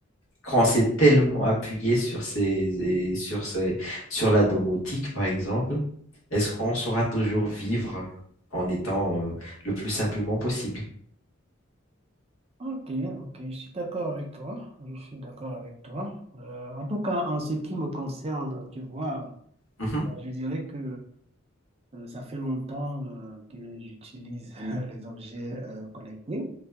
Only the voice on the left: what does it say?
quand on s'est tellement appuyé sur ces, sur ces, sur la domotique, par exemple, est-ce qu'on saura toujours vivre en étant euh, le plus simplement possible?
Mhm,